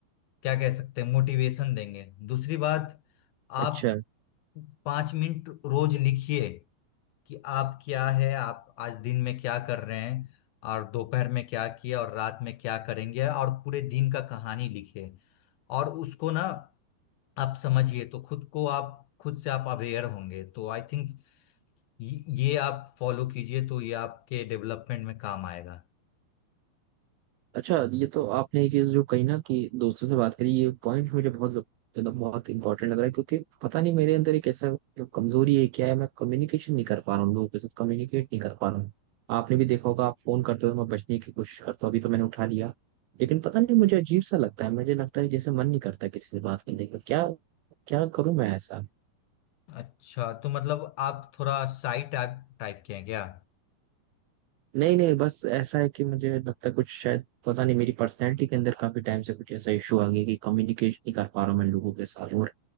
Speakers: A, on the left; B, on the right.
A: क्या कह सकते हैं मोटिवेशन देंगे दूसरी बात
B: अच्छा
A: आप पाँच मिनट रोज लिखिए कि आप क्या है आप आज दिन में क्या कर रहे हैं और दोपहर में क्या किया और रात में क्या करेंगे और पूरे दिन का कहानी लिखिए और उसको ना आप समझिए तो खुद को आप खुद से आप अवेयर होंगे तो आई थिंक ये आप फॉलो कीजिए तो ये आपके डेवलपमेंट में काम आएगा
B: अच्छा ये तो आपने ये चीज जो कही ना कि दोस्तों से बात करी ये पॉइंट मुझे बहुत मतलब बहुत इंपॉर्टेंट लग रहा है क्योंकि पता नहीं मेरे अंदर एक ऐसा जो कमजोरी है क्या है मैं कम्युनिकेशन नहीं कर पा रहा हूँ लोगों के साथ कम्युनिकेट नहीं कर पा रहा हूँ आपने भी देखा होगा आप फोन करते हो मैं बचने की कोशिश करता हूँ अभी तो मैंने उठा लिया लेकिन पता नहीं मुझे अजीब सा लगता है मुझे लगता है जैसे मन नहीं करता किसी से बात करने का क्या क्या करूं मैं ऐसा
A: अच्छा तो मतलब आप थोड़ा साई टाइप टाइप के हैं क्या
B: नहीं नहीं बस ऐसा है कि मुझे लगता है कुछ शायद पता नहीं मेरी पर्सनैलिटी के अंदर काफी टाइम से कुछ ऐसा इशू आ गया कि कम्युनिकेशन नहीं कर पा रहा हूँ मैं लोगों के साथ और